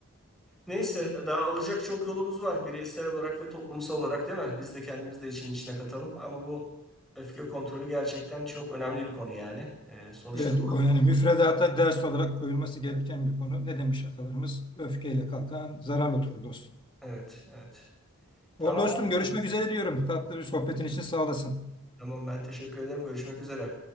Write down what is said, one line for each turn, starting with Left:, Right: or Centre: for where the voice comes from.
Centre: Neyse daha alacak çok yolumuz var bireysel olarak ve toplumsal olarak değil mi? Biz de kendimiz de için içine katalım ama bu öfke kontrolü gerçekten çok önemli bir konu yani. Ee, sonuçta
Left: Evet, o yani müfredata ders olarak koyulması gereken bir konu. Ne demiş atalarımız? Öfkeyle kalkan zarar oturur dost.
Centre: Evet, evet. Tamam,
Left: Ol dostum görüşmek üzere diyorum. Tatlı bir sohbetin için sağ olasın.
Centre: tamam. Ben teşekkür ederim. Görüşmek üzere.